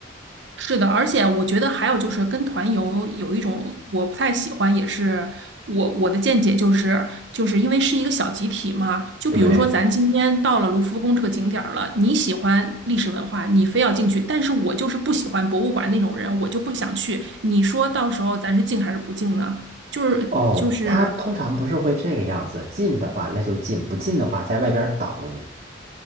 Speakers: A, on the right (about 75°); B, on the right (about 50°).
A: 是的，而且我觉得还有就是跟团游有一种我不太喜欢，也是我我的见解就是，就是因为是一个小集体嘛。就比如说咱今天到了卢浮宫这个景点儿了，
B: 对，
A: 你喜欢历史文化，你非要进去，但是我就是不喜欢博物馆那种人，我就不想去。你说到时候咱是进还是不进呢？就是就是。
B: 哦，它通常不是会这个样子，进的话那就进，不进的话在外边儿等。